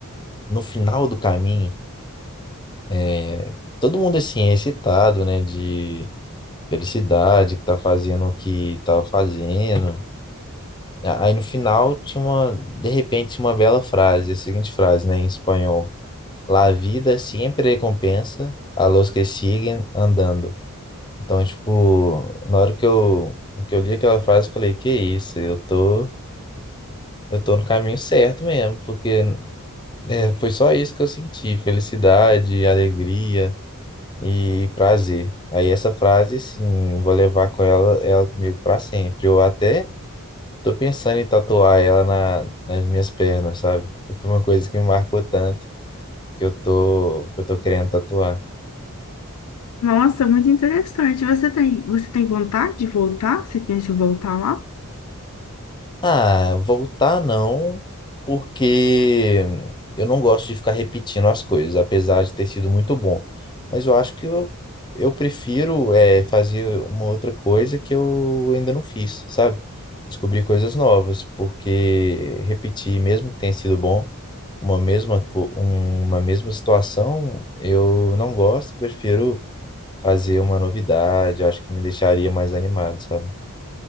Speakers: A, on the left; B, on the left.
A: no final do caminho, é, todo mundo é assim é excitado, né, de felicidade que tá fazendo o que tá fazendo. A- Aí no final tinha uma, de repente, tinha uma bela frase, a seguinte frase, né, em espanhol: La vida siempre recompensa a los que siguen andando. Então, tipo, na hora que eu, que eu li aquela frase, eu falei, que isso, eu tô, eu tô no caminho certo mesmo, porque é, foi só isso que eu senti, felicidade, alegria e prazer. Aí essa frase, assim, eu vou levar com ela, ela comigo pra sempre. Eu até tô pensando em tatuar ela na, nas minhas pernas, sabe? Foi uma coisa que me marcou tanto que eu tô, que eu tô querendo tatuar.
B: Nossa, muito interessante. Você tem, você tem vontade de voltar? Você pensa em voltar lá?
A: Ah, voltar não, porque eu não gosto de ficar repetindo as coisas, apesar de ter sido muito bom. Mas eu acho que eu, eu prefiro é, fazer uma outra coisa que eu ainda não fiz, sabe? Descobrir coisas novas, porque repetir, mesmo que tenha sido bom, uma mesma, co- uma mesma situação, eu não gosto, prefiro fazer uma novidade, eu acho que me deixaria mais animado, sabe?